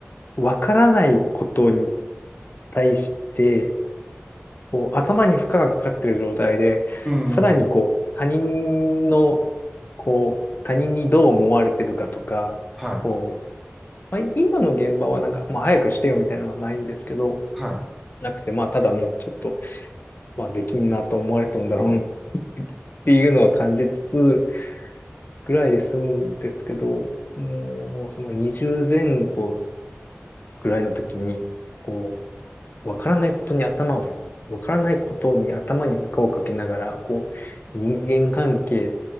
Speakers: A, on the left; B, in the centre.
A: わからないことに対して、こう、頭に負荷がかかってる状態で、
B: うん。
A: さらにこう、他人の、こう、他人にどう思われてるかとか、
B: はい。
A: こう、まあ、今の現場はなんか、まあ、早くしてよみたいなのはないんですけど、
B: はい。
A: なくて、まあ、ただもうちょっと、まあ、できんなと思われたんだろうなっていうのは感じつつぐらいで済むんですけど、もう、その20前後ぐらいの時に、こう、わからないことに頭を、わからないことに頭に負荷をかけながら、こう、人間関係